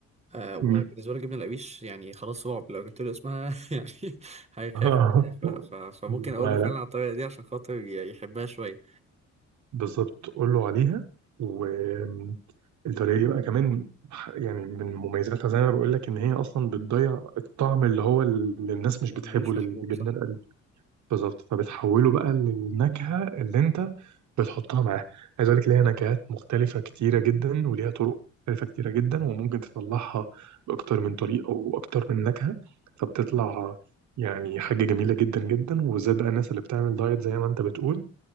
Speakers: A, on the right; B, on the right.
A: آه وبالنسبة
B: مم.
A: لي جبنة القريش يعني خلاص صعب لو جبت له اسمها <laughs> يعني هيخاف
B: <laughs>
A: مني ف... ف... فممكن أقول
B: لا
A: له فعلا
B: لا
A: على الطريقة دي عشان خاطر ي- يحبها شوية
B: بالظبط قول له عليها والطريقه دي بقى كمان يعني من مميزاتها زي ما بقول لك ان هي اصلا بتضيع الطعم اللي هو اللي الناس مش
A: يعني
B: بتحبه
A: مش
B: للجبنه
A: محبوب صح
B: بالظبط فبتحوله بقى للنكهة اللي انت بتحطها معاه عايز اقول لك ليها نكهات مختلفة كتيرة جدا وليها طرق مختلفة كتيرة جدا وممكن تطلعها بأكتر من طريقة وأكتر من نكهة فبتطلع يعني حاجة جميلة جدا جدا وبالذات بقى الناس اللي بتعمل دايت زي ما انت بتقول